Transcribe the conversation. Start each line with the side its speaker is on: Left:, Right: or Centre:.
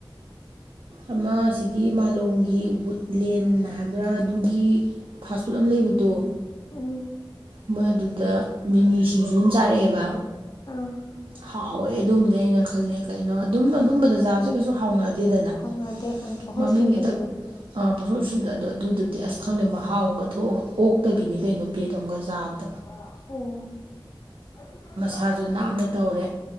Right: ꯑꯃ ꯑꯁꯤꯒꯤ ꯃꯥꯂꯣꯝꯒꯤ ꯋꯨꯠ ꯂꯦꯟ ꯍꯥꯏꯕ꯭ꯔꯥ ꯑꯗꯨꯒꯤ ꯐꯥꯁ ꯐꯨꯗ ꯑꯃ ꯂꯩꯕꯗꯣ
Left: ꯎꯝ
Right: ꯃꯣꯏꯑꯗꯨꯗ ꯃꯤꯃꯤ ꯁꯤꯡꯖꯨ ꯑꯃ ꯆꯥꯔꯛꯑꯦꯕ
Left: ꯑꯥ
Right: ꯍꯥꯎꯋꯦ ꯑꯗꯨꯝꯗꯤ ꯑꯩꯅ ꯈꯜꯂ ꯀꯩꯅꯣ ꯑꯗꯨꯝ ꯑꯗꯨꯝꯕꯗ ꯆꯥꯕꯁꯦ ꯀꯩꯁꯨ ꯍꯥꯎꯅ ꯗꯦꯗꯅ
Left: ꯍꯥꯎꯅꯗꯦ ꯎꯝ ꯄꯪꯍꯣꯏ
Right: ꯃꯃꯤꯡꯒꯤꯗ
Left: ꯁꯨꯖꯤꯟꯕꯗꯣ ꯑꯗꯨꯝ
Right: ꯑꯥ ꯄꯣꯁꯣꯔ ꯁꯗ ꯑꯗꯣ ꯑꯗꯨꯗꯨꯗꯤ ꯑꯁ ꯈꯪꯗꯦ ꯃꯍꯥꯎ ꯑꯃꯒ ꯊꯣꯛꯑꯒ ꯑꯣꯛꯇꯕꯤꯅꯤ ꯀꯩꯅꯣ ꯄ꯭ꯂꯦꯠ ꯑꯃꯒ ꯆꯥꯕ
Left: ꯑꫭ
Right: ꯄꯥꯁꯨ ꯅꯥꯟꯅ ꯇꯧꯔꯦ